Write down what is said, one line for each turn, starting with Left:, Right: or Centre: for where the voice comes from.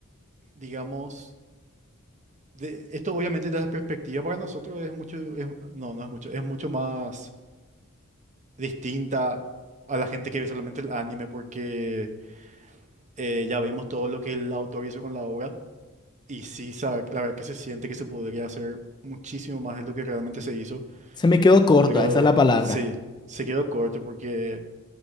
Right: digamos. De, esto obviamente desde la perspectiva para nosotros es mucho. es- no, no es mucho. Es mucho más. distinta a la gente que ve solamente el anime, porque eh, ya vimos todo lo que el autor hizo con la obra, y sí, sa- la verdad que se siente que se podría hacer muchísimo más de lo que realmente se hizo,
Left: Se me quedó corta,
Right: pero
Left: esa es la palabra.
Right: sí, se quedó corto porque